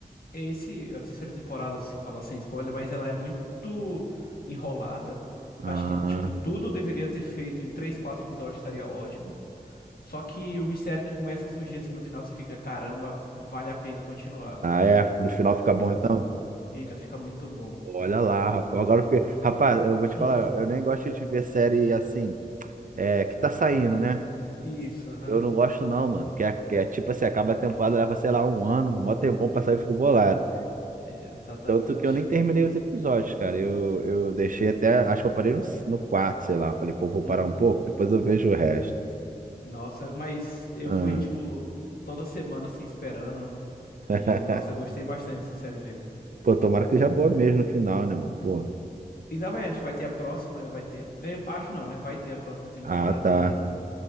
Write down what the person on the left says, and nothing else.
Esse, a terceira temporada, se falar sem spoiler, mas ela é muito enrolada. Acho
que, tipo, tudo deveria ter feito em três, quatro episódios, estaria ótimo. Só que o mistério que começa a surgir assim no final, você fica, caramba, vale a pena continuar.
Fica, fica muito bom.
<laughs>
Hum.
Isso, aham.
É, exatamente.
Hum.
Nossa, mas eu
fui, tipo, toda semana assim esperando.
E, nossa, eu gostei bastante dessa série mesmo.
Ainda vai, acho que vai ter a próxima, né? Vai ter. é, Acho não, né? Vai ter a próxima temporada
e